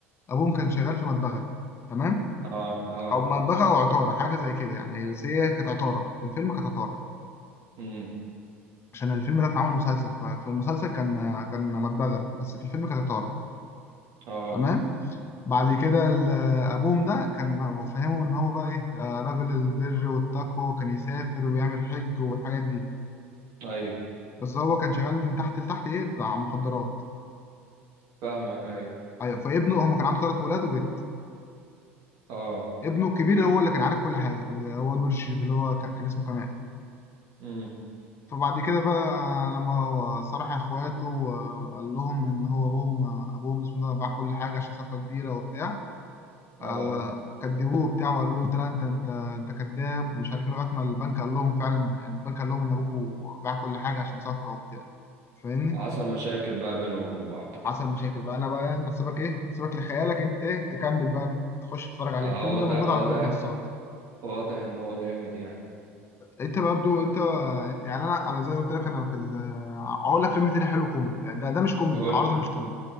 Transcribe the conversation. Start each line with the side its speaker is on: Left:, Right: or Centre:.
Left: ابوهم كان شغال في مدبغه تمام
Right: اه اه
Left: او مدبغه او عطاره حاجه زي كده يعني بس هي كانت عطاره في الفيلم كانت عطاره
Right: امم
Left: عشان الفيلم ده اتعمل مسلسل ففي المسلسل كان كان مدبغه بس في الفيلم كانت عطاره
Right: اه
Left: تمام بعد كده ال- ابوهم ده كان فهمه ان هو بقى ايه آه، رجل البر والتقوى وكان يسافر ويعمل حج والحاجات دي
Right: ايوه
Left: بس هو كان شغال من تحت لتحت ايه بتاع مخدرات
Right: فاهمك ايوه
Left: ايوه فابنه هو كان عنده ثلاث ولاد وبنت
Right: اه
Left: ابنه الكبير هو اللي كان عارف كل حاجه اللي هو نور الشريف اللي هو كان, كان اسمه كمال
Right: امم
Left: فبعد كده بقى لما هو صرح اخواته وقال لهم ان هو ابوهم آه، ابوهم اسمه ده باع كل حاجه عشان صفقه كبيره وبتاع
Right: اه
Left: آه، كدبوه بتاعه وقالوا له انت لا انت انت انت كذاب ومش عارف إيه، لغايه ما البنك قال لهم فعلا يعني البنك قال لهم ان ابوكوا باع كل حاجه عشان صفقه وبتاع فاهمني
Right: وحصل مشاكل بقى بينهم وبين بعض
Left: حصل مشاكل بقى انا بقى يعني هسيبك ايه هسيبك لخيالك انت تكمل بقى تخش تتفرج عليه
Right: اه
Left: الفيلم
Right: واضح
Left: ده موجود
Right: واضح
Left: على كل المنصات
Right: واضح ان هو جامد يعني
Left: انت برضو انت يعني انا انا زي ما قلت لك انا في ال- هقول لك فيلم تاني حلو كوميدي يعني ده ده مش كوميدي
Right: قول
Left: العرض ده مش كوميدي